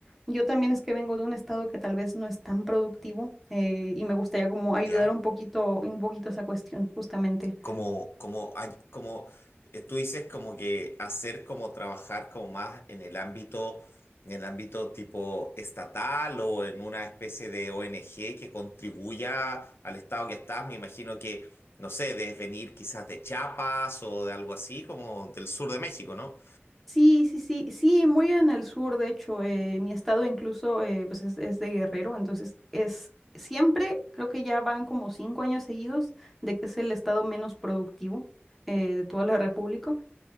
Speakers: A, in the centre; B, on the left.
A: Yo también es que vengo de un estado que tal vez no es tan productivo eh, y me gustaría como ayudar
B: ¿Ya?
A: un poquito, un poquito esa cuestión, justamente.
B: como, como, hay- como eh, tú dices, como que hacer como trabajar como más en el ámbito, en el ámbito tipo estatal o en una especie de ONG que contribuya al estado que estás, me imagino que, no sé, debes venir quizás de Chiapas o de algo así, como del sur de México, ¿no?
A: Sí, sí, sí, sí, muy en el sur, de hecho, eh, mi estado incluso eh, pues es, es de Guerrero, entonces es siempre, creo que ya van como cinco años seguidos de que es el estado menos productivo eh, de toda la República.